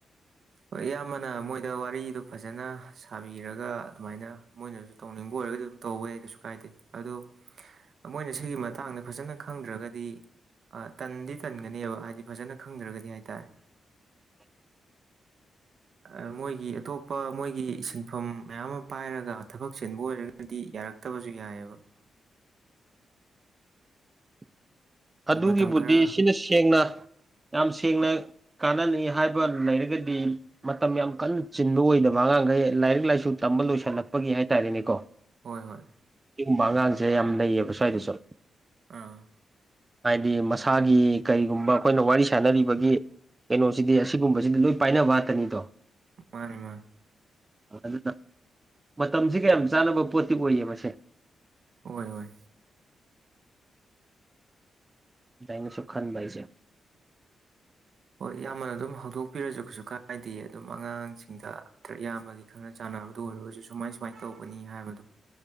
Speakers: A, on the right (about 55°); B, on the right (about 15°).
A: ꯍꯣꯏ ꯏꯌꯥꯝꯕꯅ ꯃꯣꯏꯗ ꯋꯥꯔꯤꯗꯨ ꯐꯖꯅ ꯁꯥꯕꯤꯔꯒ ꯑꯗꯨꯃꯥꯏꯅ ꯃꯣꯏꯅꯁꯨ ꯇꯧꯅꯤꯡꯕ ꯑꯣꯏ <unintelligible> ꯑꯗꯨꯝ ꯇꯧꯕ ꯌꯥꯏ ꯀꯩꯁꯨ ꯀꯥꯏꯗꯦ ꯑꯗꯣ ꯃꯣꯏꯅ ꯁꯤꯒꯤ ꯃꯇꯥꯡꯗ ꯐꯖꯅ ꯈꯪꯗ꯭ꯔꯒꯗꯤ ꯑꯥ ꯇꯟꯗꯤ ꯇꯟꯒꯅꯤꯕ ꯍꯥꯏꯗꯤ ꯐꯖꯅ ꯈꯪꯗ꯭ꯔꯒꯗꯤ ꯍꯥꯏꯇꯥꯔꯦ
B: <inaudible>
A: ꯑꯥ ꯃꯣꯏꯒꯤ ꯑꯇꯣꯞꯄ ꯃꯣꯏꯒꯤ ꯁꯤꯟꯐꯝ ꯃꯌꯥꯝ ꯑꯃ ꯄꯥꯏꯔꯒ ꯊꯕꯛ ꯆꯤꯟꯕ ꯑꯣꯏꯔꯒꯗꯤ ꯌꯥꯔꯛꯇꯕꯁꯨ ꯌꯥꯏꯑꯦꯕ
B: <inaudible>
A: ꯑꯗꯣ
B: ꯑꯗꯨꯒꯤꯕꯨꯗꯤ
A: ꯃꯇꯝ ꯈꯔ
B: ꯁꯤꯅ ꯁꯦꯡꯅ ꯌꯥꯝ ꯊꯦꯡꯅ ꯀꯥꯟꯅꯅꯤ ꯍꯥꯏꯕ ꯂꯩꯔꯒꯗꯤ ꯃꯇꯝ ꯌꯥꯝ ꯀꯟꯅ ꯆꯤꯟꯕ ꯑꯣꯏꯗꯕ ꯑꯉꯥꯡꯒꯩ ꯂꯥꯏꯔꯤꯛ ꯂꯥꯏꯁꯨ ꯇꯝꯕ ꯂꯣꯏꯁꯜꯂꯛꯄꯒꯤ ꯍꯥꯏꯇꯥꯔꯦꯅꯦꯀꯣ
A: ꯍꯣꯏ ꯍꯣꯏ
B: ꯁꯤꯒꯨꯝꯕ ꯑꯉꯥꯡꯁꯦ ꯌꯥꯝ ꯂꯩꯩꯌꯦꯕ ꯁ꯭ꯋꯥꯏꯗꯁꯨ
A: ꯑꯥ
B: ꯍꯥꯏꯗꯤ ꯃꯁꯥꯒꯤ ꯀꯔꯤꯒꯨꯝꯕ ꯑꯩꯈꯣꯏꯅ ꯋꯥꯔꯤ ꯁꯥꯟꯅꯔꯤꯕꯒꯤ ꯀꯩꯅꯣꯁꯤꯗꯤ ꯑꯁꯤꯒꯨꯝꯕꯁꯤꯗꯤ ꯂꯣꯏ ꯄꯥꯏꯅꯕ ꯉꯥꯛꯇꯅꯤꯗꯣ
A: ꯃꯥꯅꯤ ꯃꯥꯅꯤ
B: ꯑꯗꯨꯅ ꯃꯇꯝꯁꯤꯒ ꯌꯥꯝ ꯆꯥꯅꯕ ꯄꯣꯠꯇꯤ ꯑꯣꯏꯌꯦ ꯃꯁꯦ
A: ꯑꯣꯏ ꯑꯣꯏ
B: ꯗꯥꯏꯅꯁꯨ ꯈꯟꯕ ꯑꯩꯁꯦ
A: ꯍꯣꯏ ꯏꯌꯥꯝꯕꯅ ꯑꯗꯨꯝ ꯍꯧꯗꯣꯛꯄꯤꯔꯁꯨ ꯀꯩꯁꯨ ꯀꯥꯏꯗꯤꯌꯦ ꯑꯗꯨꯝ ꯑꯉꯥꯡꯁꯤꯡꯗ ꯅꯠꯇ꯭ꯔ ꯏꯌꯥꯝꯕꯒꯤ ꯈꯪꯅ ꯆꯥꯟ ꯅꯕꯗ ꯑꯣꯏꯔꯒꯁꯨ ꯁꯨꯃꯥꯏ ꯁꯨꯃꯥꯏꯟ ꯇꯧꯕꯅꯤ ꯍꯥꯏꯕꯗꯣ